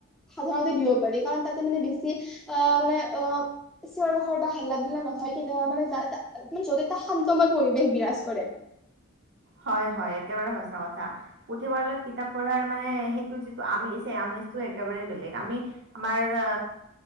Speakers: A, in the centre; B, on the right.
A: সাধাৰণতে দিব পাৰি, কাৰণ তাতে মানে বেছি আ মানে অ' চিঞৰ-বাখৰ বা হাল্লা-ধুল্লা নহয় কে আ মানে যাৰ তা মানে য'ত এটা শান্তময় পৰিৱেশ বিৰাজ কৰে।
B: হয় হয় একেবাৰে সঁচা কথা। পুথিভঁৰালত কিতাপ পঢ়াৰ মানে হে টো যিটো আমেজ সেই আমেজটো একেবাৰে বেলেগ, আমি আমাৰ আ